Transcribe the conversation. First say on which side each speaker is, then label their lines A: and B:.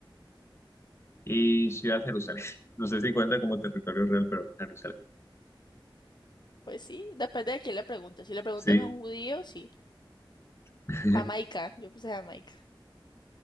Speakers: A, on the left (about 30°); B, on the left (about 55°).
A: y Ciudad Jerusalén. <laughs> No sé si cuenta como territorio real, pero Jerusalén.
B: Pues sí, depende de quién le preguntes. Si le preguntas
A: Sí.
B: a un judío, sí.
A: <laughs>
B: Jamaica. Yo puse Jamaica.